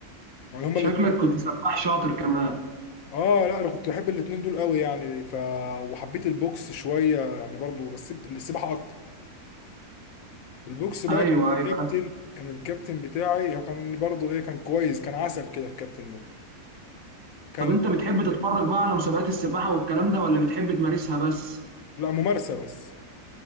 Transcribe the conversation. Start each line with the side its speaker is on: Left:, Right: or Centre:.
Left: يعني هما كنت
Right: شكلك
Left: الاتنين دول-
Right: كنت سباح شاطر كمان
Left: اه لا انا كنت بحب الاتنين دول قوي يعني ف وحبيت البوكس شويه يعني برضو بس السباحه اكتر البوكس بقى
Right: ايوه
Left: كان
Right: ايوه
Left: الكابتن كان الكابتن بتاعي هو كان برضو ايه كان كويس كان عسل كده الكابتن ده كان
Right: طب انت بتحب تتفرج بقى على مسابقات السباحه والكلام ده ولا بتحب تمارسها بس
Left: لا ممارسه بس